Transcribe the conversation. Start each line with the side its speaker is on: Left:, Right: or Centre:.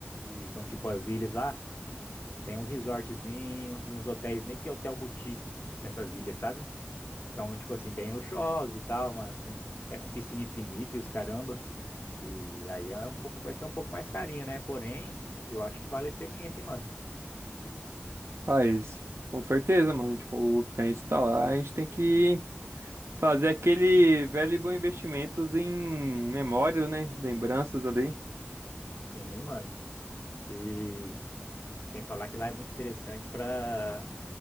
Left: que são tipo as ilhas lá, tem uns resortzinhos e uns hotéis, meio que hotel boutique nessas ilhas, sabe? São, tipo assim, bem luxuosos e tal, uma, com- até com piscina infinita e os caramba. E aí é um pouco, vai ser um pouco mais carinho, né? Porém, eu acho que vale a experiência, hein, mano.
Right: Faz, com certeza, mano. Tipo, se a gente tá lá, a gente tem que fazer aquele velho e bom investimentos em memória, né? Lembranças ali.
Left: Sim, mano. E sem falar que lá é muito interessante pra,